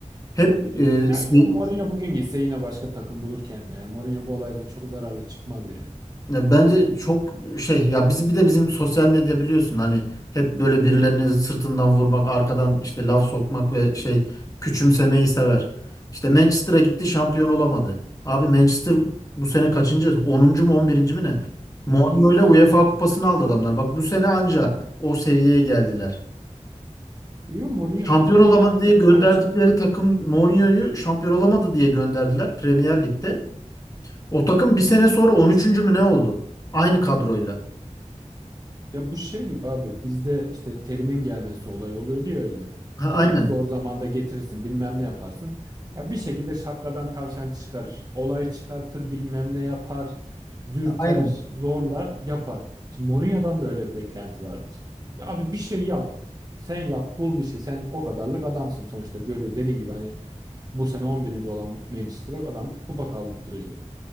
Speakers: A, on the left; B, on the right.
A: Hep e,
B: Ya
A: şey-
B: yo, Mourinho bugün gitse yine başka takım bulur kendine. Ya. Mourinho bu olaydan çok zararlı çıkmaz yani.
A: ya bence çok şey ya biz bir de bizim sosyal medya biliyorsun hani hep böyle birilerini sırtından vurmak, arkadan işte laf sokmak ve şey küçümsemeyi sever. İşte Manchester'a gitti şampiyon olamadı. Abi Manchester bu sene kaçıncı? onuncu mu 11. mi ne? Mourinho
B: Hmm.
A: ile UEFA kupasını aldı adamlar. Bak bu sene anca o seviyeye geldiler.
B: Yo Mourinho
A: Şampiyon
B: kötü
A: olamadı
B: diye
A: diye
B: be-
A: gönderdikleri
B: bence
A: takım Mourinho'yu şampiyon olamadı diye gönderdiler Premier Lig'de. O takım bir sene sonra on üçüncü mü ne oldu? Aynı kadroyla.
B: Ya bu şey gibi abi bizde işte terimin gelmesi olayı oluyor diye öyle. Hani
A: Ha,
B: Terimi
A: aynen.
B: zor zamanda getirirsin bilmem ne yaparsın. Ya bir şekilde şapkadan tavşan çıkarır. Olay çıkartır bilmem ne yapar. Dürter,
A: Aynen.
B: zorlar, yapar. Şimdi Mourinho'dan da öyle bir beklenti vardı. Ya abi bir şey yap. Sen yap, bul bir şey. Sen o kadarlık adamsın sonuçta görüyor. Dediğin gibi hani bu sene on birinci olan Manchester'a adam kupa kaldırıyordu.